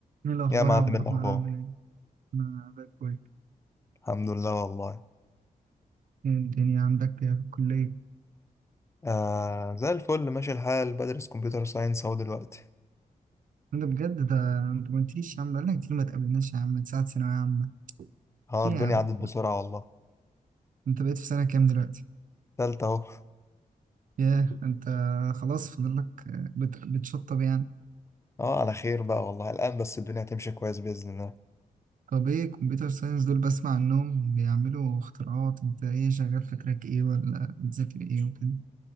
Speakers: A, on the right (about 65°); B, on the left (about 20°).
A: ايه الاخبار
B: يا معلم
A: يا عبد الرحمن
B: إيه الأخبار
A: عامل ايه انا زي الفل
B: الحمد لله والله
A: ايه الدنيا عندك إيه في الكليه
B: آه زي الفل ماشي الحال بدرس كمبيوتر ساينس أهو دلوقتي
A: انا بجد ده انت ما قلتليش يا عم بقالنا كتير ما تقابلناش يا عم من ساعه ثانويه عامه
B: اه
A: في
B: الدنيا
A: إيه يا عم
B: عدت بسرعة والله
A: انت بقيت في سنه كام دلوقتي
B: تالتة أهو <laughs>
A: ياه انت خلاص فاضل لك بت... بتشطب يعني
B: اه على خير بقى والله الآن بس الدنيا هتمشي كويس بإذن الله
A: طب ايه كمبيوتر ساينس دول بسمع عنهم بيعملوا اختراعات انت ايه شغال في تراك ايه ولا بتذاكر ايه وكده